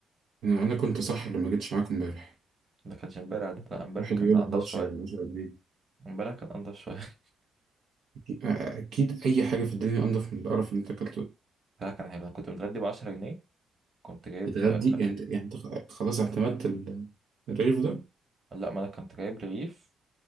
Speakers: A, on the right; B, on the right.
A: أنا أنا كنت صح لما جيتش معاكم امبارح
B: ده كانش امبارح ده لا امبارح
A: واحد
B: كان
A: يقول
B: انضف
A: لي حواوشي
B: شويه
A: ولا عشرة جنيه
B: امبارح كان انضف شويه <laughs>
A: أكيد أكيد أي حاجة في الدنيا أنضف من القرف اللي أنت أكلته ده.
B: امبارح كان حلو انا كنت متغدي ب 10 جنيه كنت جايب
A: بتغدي
B: آه،
A: يعني أنت يعني أنت خلاص اعتمدت ال- الرغيف ده
B: لا ما انا كنت جايب رغيف